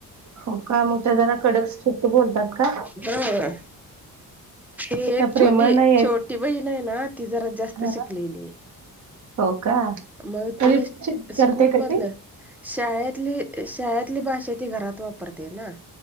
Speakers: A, on the right (about 50°); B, in the centre.
A: हो का मग त्या जना कडकट्ट बोलतात का
B: बर त एक
A: त्या प्रेमळ
B: छोटी
A: नाही
B: छोटी
A: आहेत
B: बहीण आहे ना ती जरा जास्त
A: हा
B: शिकलेली
A: हो का
B: मग
A: तरी
B: ती स्कूल
A: करते का
B: मधल
A: ती?
B: शाळेतली शाळेतली भाषा ती घरात वापरते ना